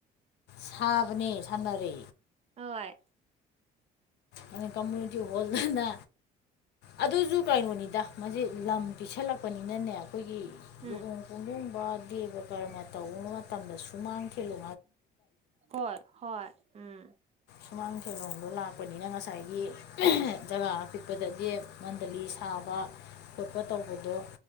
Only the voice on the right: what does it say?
ꯍꯣꯏ
ꯎꯝ
ꯍꯣꯏ ꯍꯣꯏ ꯎꯝ